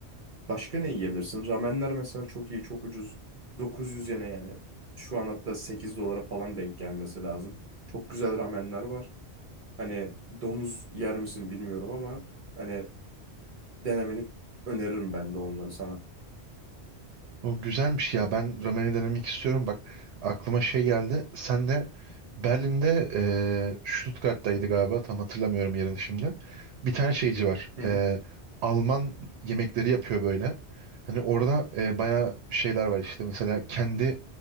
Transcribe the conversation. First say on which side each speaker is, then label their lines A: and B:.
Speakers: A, on the right; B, on the right.
A: başka ne yiyebilirsin? Ramenler mesela çok iyi, çok ucuz. 900 yene yani. Şu an hatta 8 dolara falan denk gelmesi lazım. Çok güzel ramenler var. Hani domuz yer misin bilmiyorum ama hani denemeni öneririm ben de onları sana.
B: O güzelmiş ya. Ben ramen'i denemek istiyorum. Bak aklıma şey geldi. Sen de Berlin'de eee Stuttgart'taydı galiba. Tam hatırlamıyorum yerini şimdi. Bir tane şeyci var.
A: Hı
B: Eee,
A: hı
B: Alman yemekleri yapıyor böyle. Hani orada eee bayağı şeyler var işte. Mesela kendi